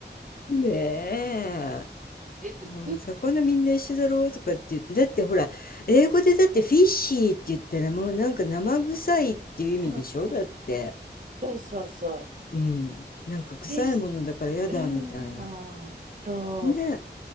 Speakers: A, on the left (about 55°); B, on the right (about 45°).
A: ねえ。
B: でも、す
A: うん、魚みんな一緒だろうとかって言って、だってほら、英語でだってフィッシーって言ったらもうなんか生臭いっていう意味でしょだって。
B: うんうんそうそうそう。
A: うん。なんか臭いものだからやだみたいな。
B: フィッシュ、うーん、そう。
A: ね